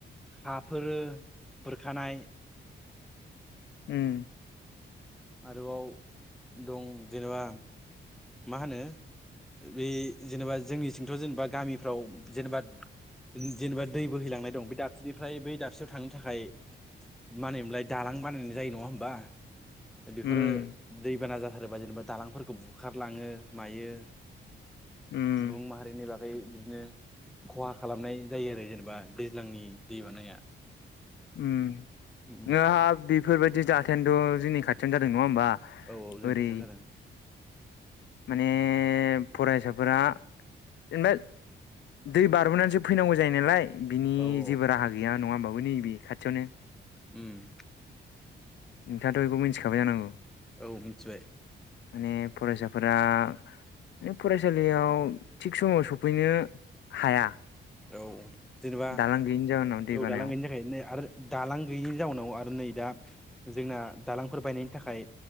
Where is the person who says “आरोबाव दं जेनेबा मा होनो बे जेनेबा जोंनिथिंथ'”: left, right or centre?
Centre